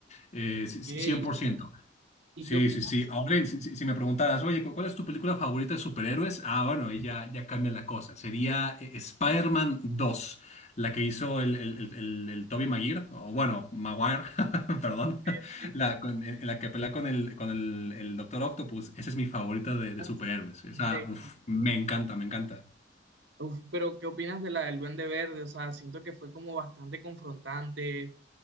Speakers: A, on the left; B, on the right.
A: eh,
B: Ok.
A: c- c-
B: ¿Y
A: 100%. Sí,
B: qué opinas?
A: sí, sí. Ahora, si, si- si me preguntaras, oye, ¿cu- ¿cuál es tu película favorita de superhéroes? Ah, bueno, ahí ya, ya cambia la cosa. Sería eh, Spider-Man 2, la que hizo el, el, el, el- el Tobey Maguire, o bueno, Maguire, <laughs> perdón,
B: Sí, sí.
A: la, con- en- en la que pelea con el, con el, el Doctor Octopus. Esa es mi favorita de, de
B: Uf,
A: superhéroes. Esa,
B: increíble.
A: uf, me encanta, me encanta.
B: Uf, pero ¿qué opinas de la del Duende Verde? O sea, siento que fue como bastante confrontante,